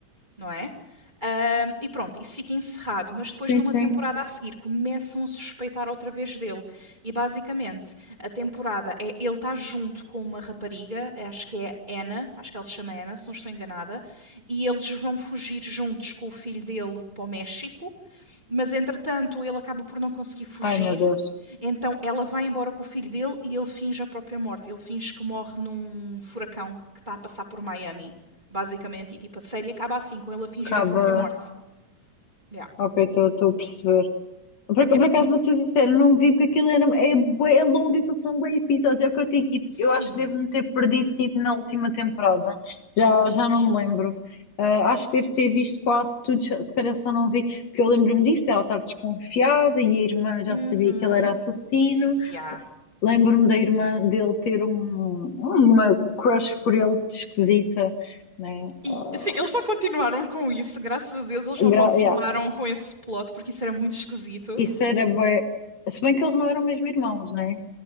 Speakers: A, on the right; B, on the left.
A: não é? Um, e pronto, isso fica encerrado, mas depois
B: sim,
A: numa
B: sim.
A: temporada a seguir começam a suspeitar outra vez dele. E basicamente a temporada é ele está junto com uma rapariga, acho que é Anna, acho que ela se chama Anna, se não estou enganada, e eles vão fugir juntos com o filho dele para o México, mas entretanto ele acaba por não conseguir fugir
B: Ai, meu Deus.
A: então ela vai embora com o filho dele e ele finge a própria morte. Ele finge que morre num furacão que está a passar por Miami, basicamente. E tipo, a série acaba assim, com ele a fingir
B: Acaba.
A: a própria morte. Yeah.
B: Ok, estou a perceber. Por,
A: Yeah.
B: por acaso
A: E,
B: vou-te ser sincero, não vi porque aquilo era, é, bué longo, aquilo são bué episódios. É o que eu digo, tipo,
A: sim,
B: eu acho que devo-me ter perdido tipo, na última temporada.
A: é
B: Já,
A: capaz.
B: já não me lembro. Ah, acho que devo ter visto quase tudo, já- se calhar só não vi, porque eu lembro-me disso, dela estar desconfiada e a irmã já
A: Uhum.
B: sabia que ele era assassino.
A: Yeah.
B: Lembro-me da irmã dele ter um, uma crush por ele esquisita, né?
A: E
B: Ah,
A: assim, eles não continuaram com isso, graças a Deus eles
B: gra-
A: não continuaram
B: yeah,
A: com esse plot, porque isso era muito esquisito.
B: Isso era bué. Se bem que eles não eram mesmo irmãos, né?